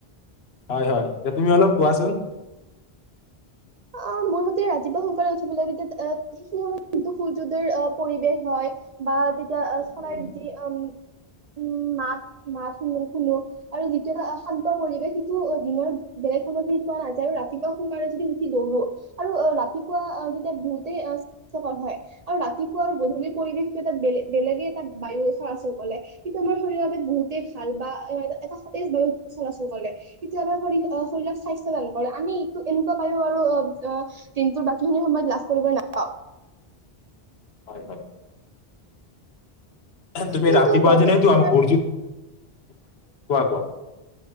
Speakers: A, on the left; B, on the right.
A: হয় হয় এতিয়া তুমি অলপ কোৱাচোন।
B: অঁ মোৰ মতে ৰাতিপুৱা উঠিব লাগে। <unintelligible> কিন্তু সুৰ্য্যোদয়ৰ পৰিৱেশ হয় বা ত চৰাই
A: উম,
B: যি উম উম মাত মাত শুনো শুনো আৰু যিটো এটা শান্ত পৰিৱেশ সেইটো দিনৰ বেলেগ সময়ত যি পোৱা নাযায় আৰু ৰাতিপুৱা সোনকালে যদি উঠো উঠি বহো আৰু ৰাতিপুৱা তেতিয়া বহুতেই স্বাস্থ্যকৰ হয় আৰু ৰাতিপুৱা আৰু গধূলিৰ পৰিৱেশটো এটা বেলেগ বেলেগে এটা বায়ু চলাচল কৰে কিন্তু আমাৰ শৰীৰৰ বাবে বহুতেই ভাল বা এটা সতেজ বায়ু চলাচল কৰে কিন্তু আমাৰ শৰ শৰীৰক স্বাস্থ্যৱান কৰে আমি এইটো এনেকুৱা পাৰো আৰু অঁ অঁ দিনটোৰ বাকী বাকী খিনি সময়ত লাভ কৰিবলৈ নাপাও
A: হয় হয় তুমি
B: কিন্তু
A: ৰাতিপুৱা
B: বৰ্তমান
A: জোনাই তো
B: সময়ত
A: আমাৰ সূৰ্যো কোৱা কোৱা।